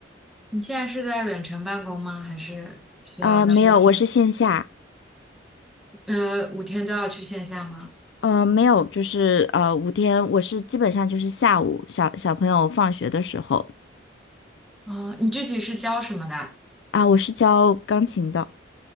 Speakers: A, in the centre; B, on the left (about 70°).
A: 你现在是在远程办公吗？还是需要去，
B: 呃，没有，我是线下。
A: 呃，五天都要去线下吗？
B: 呃，没有，就是呃，五天，我是基本上就是下午小小朋友放学的时候。
A: 哦，你具体是教什么的？
B: 啊，我是教钢琴的。